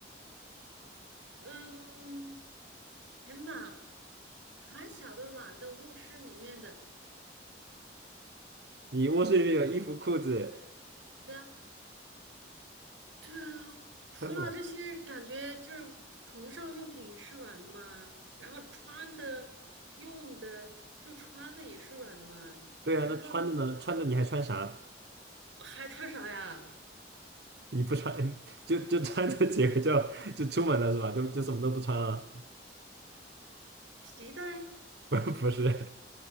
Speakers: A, on the right; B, on the right.
A: 嗯，天呐，还小的软的卧室里面的，
B: 你卧室里面有衣服裤子，
A: 对啊，对啊，除了这些，
B: 穿什么？
A: 感觉就是床上用品是软的嘛，然后穿的、用的，就穿的也是软的嘛，
B: 对啊，
A: 然后
B: 那穿着呢？穿着你还穿啥？
A: 还穿啥呀？
B: 你不穿就就穿这几个就就出门了是吧？就就什么都不穿了？
A: 皮带。
B: <laughs> 不不是，